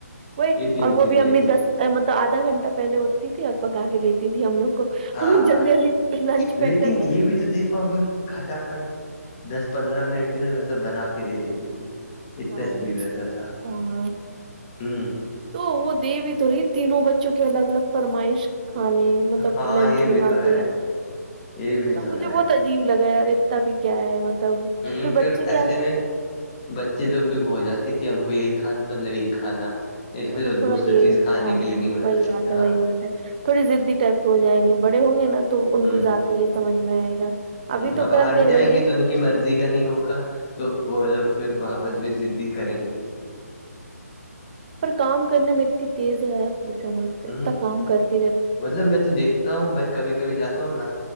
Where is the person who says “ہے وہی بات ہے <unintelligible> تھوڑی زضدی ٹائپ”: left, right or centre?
Right